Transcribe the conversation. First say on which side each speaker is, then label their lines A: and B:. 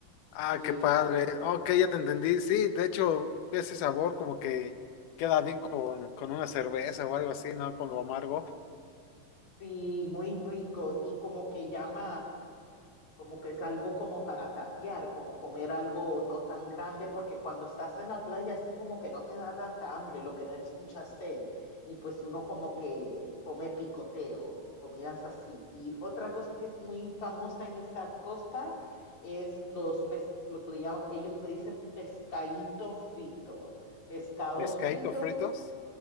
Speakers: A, on the left (about 70°); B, on the left (about 50°).
A: Ah,
B: y
A: qué padre. Ok, ya te entendí. Sí, de hecho, ese sabor como que queda bien con, con una cerveza o algo así, ¿no? Con lo amargo.
B: sí, muy rico y como que llama como que es algo como para tapear, como comer algo no tan grande, porque cuando estás en la playa así como que no te da tanta hambre, lo que da es mucha sed y pues uno como que come picoteo, comidas así. Y otra cosa que es muy famosa en esta costa es los pes, lo que le llaman, ellos le dicen pescadito frito, pescados
A: Pescadito
B: fritos,
A: fritos.